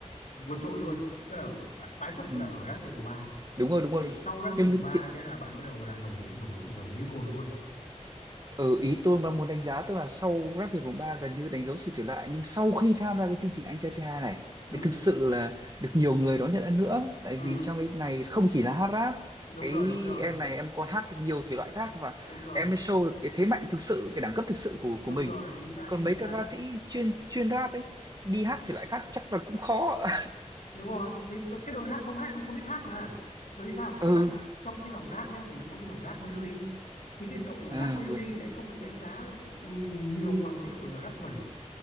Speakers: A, on the left; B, on the right.
A: vượt trội luôn tức là bạn tái xuất
B: ừ
A: là ở Rap Việt mùa ba
B: đúng rồi đúng rồi
A: thì sau Rap Việt
B: nhưng
A: mùa 3
B: thì
A: cái là bạn bắt đầu là nổi nổi nổi như cồn luôn
B: Ừ, ý tôi mà muốn đánh giá tức là sau Grab Việt mùng 3 gần như đánh dấu sự trở lại nhưng sau khi tham gia cái chương trình Anh trai C2 này
A: ừ,
B: mới thực sự là được nhiều người đón nhận hơn nữa tại
A: ừ,
B: vì trong cái này không chỉ là hát rap
A: đúng
B: cái
A: rồi đúng rồi
B: em này em còn hát được nhiều thể loại khác và
A: đúng rồi
B: em mới show được cái thế mạnh thực sự cái đẳng cấp thực sự của của
A: đúng
B: mình
A: rồi chính xác
B: còn
A: chính
B: mấy
A: xác
B: các ca sĩ chuyên chuyên rap ấy đi hát thể loại khác chắc là cũng khó
A: đúng rồi Vì cái đội rap không hát không biết hát mà bởi vì sao
B: <laughs>
A: tức
B: ừ
A: là trong cái dòng rap nhá thì nó có cái dòng rap melody thì cái đội mà
B: à,
A: rap melody
B: ừ
A: lại không được đánh giá ừm, nhiều bằng cái đội mà rap thuần